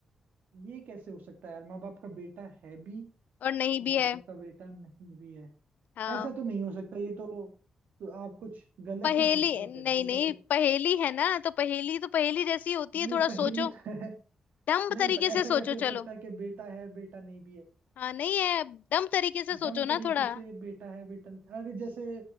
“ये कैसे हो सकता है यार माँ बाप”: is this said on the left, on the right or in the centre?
Right